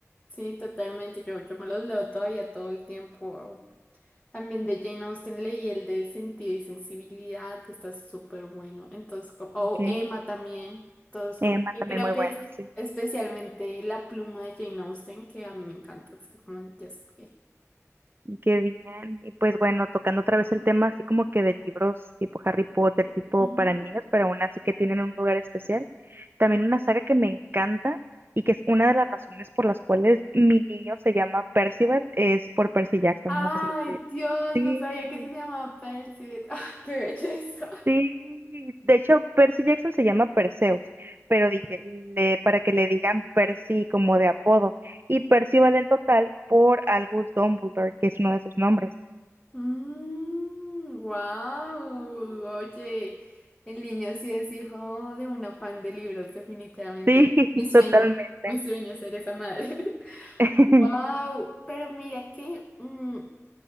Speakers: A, on the left (about 20°); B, on the right (about 40°).
A: Sí, totalmente. Yo, yo me los leo todavía todo el tiempo. También de Jane Austen leí el de Sentido y Sensibilidad, está súper bueno. Entonces, como, o
B: Okay.
A: Emma también. Entonces,
B: Emma
A: como que
B: también
A: creo
B: muy
A: que
B: bueno,
A: es
B: sí.
A: especialmente la pluma de Jane Austen que a mí me encanta. Es que como ya es- eh,
B: Qué bien. Y pues bueno, tocando otra vez el tema así como que de libros tipo Harry Potter, tipo
A: ujú.
B: para niños, pero aún así que tienen un lugar especial. También una saga que me encanta y que es una de las razones por las cuales mi niño se llama Percival, es por Percy Jackson.
A: Ay,
B: No sé si lo
A: Dios,
B: Sí,
A: no sabía que se llamaba Percy. <laughs> ¡Ah, qué belleza!
B: sí. De hecho, Percy Jackson se llama Perseus, pero dije, le- para que le digan Percy como de apodo. Y Percy vale en total por Albus Dumbledore, que es uno de sus nombres.
A: Mm, wow. Oye, el niño sí es hijo de un afán de libros, definitivamente.
B: Sí, <laughs>
A: Mi sueño,
B: totalmente.
A: mi sueño es ser esa madre. <laughs>
B: <laughs>
A: Wow, pero mira que mm,